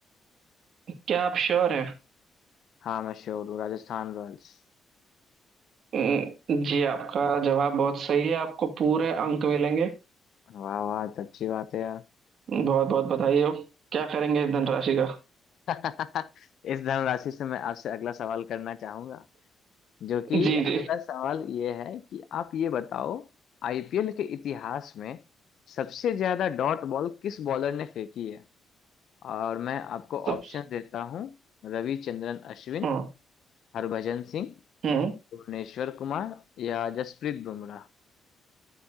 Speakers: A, on the right (about 60°); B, on the left (about 65°).
A: क्या आप श्योर हैं
B: हाँ मैं श्योर हूँ राजस्थान रॉयल्स
A: हम्म, जी आपका जवाब बहुत सही है आपको पूरे अंक मिलेंगे
B: वाह वाह तो अच्छी बात है यार
A: बहुत बहुत बधाई हो क्या करेंगे इस धनराशि का
B: <laughs> इस धनराशि से मैं आपसे अगला सवाल करना चाहूंगा जो कि
A: जी
B: अगला
A: जी
B: सवाल ये है कि आप ये बताओ आईपीएल के इतिहास में सबसे ज्यादा डॉट बॉल किस बॉलर ने फेंकी है और मैं आपको
A: सब
B: ऑप्शन देता हूँ रविचंद्रन अश्विन
A: हाँ
B: हरभजन सिंह
A: हम्म।
B: भुवनेश्वर कुमार या जसप्रीत बुमराह